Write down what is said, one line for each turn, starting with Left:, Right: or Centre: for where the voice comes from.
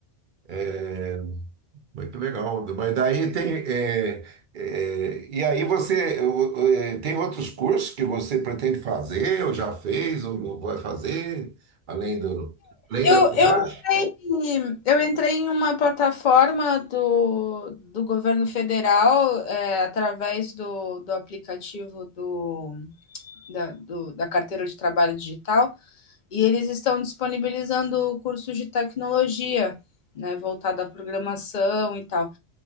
Right: é, muito legal. Mas daí tem é, é, e aí você o- o- é, tem outros cursos que você pretende fazer ou já fez ou vai fazer além do além
Left: Eu,
Right: da tatuagem?
Left: eu, entrei, eu entrei em uma plataforma do, do governo federal, é, através do, do aplicativo do, da, do- da carteira de trabalho digital, e eles estão disponibilizando cursos de tecnologia, né, voltado à programação e tal.